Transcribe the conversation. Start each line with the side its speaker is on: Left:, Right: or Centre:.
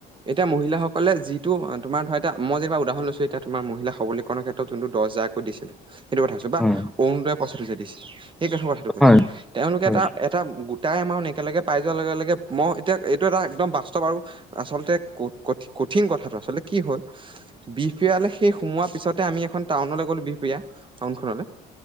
Right: এতিয়া মহিলা সক সকলে যিটো তোমাৰ ধৰা এতিয়া মই যেনিবা উদাহৰণ লৈছো এতিয়া তোমাৰ মহিলা সৱলীকৰনৰ ক্ষেত্ৰত যোনটো দছ হাজাৰকৈ দিছিলে। সেইটো কথা কৈছো
Centre: হয়
Right: বা অৰুণদয় পইচাটো যে দিছিলে সেই কথাটো কৈছো
Centre: হয়
Right: তেওঁলোকে
Centre: হয়
Right: এটা এটা গোটা এমাউণ্ট একেলগে পাই যোৱাৰ লগে লগে মই এতিয়া এইটো এটা একদম বাস্তৱ আৰু আচলতে ক-কঠি কঠিন কথাটো আচলতে কি হ'ল বিহ পিৰালে সেই সোমোৱাৰ পিছতে আমি এখন টাউনলৈ গ'লো বি প্ৰিয়া টাউন খনলৈ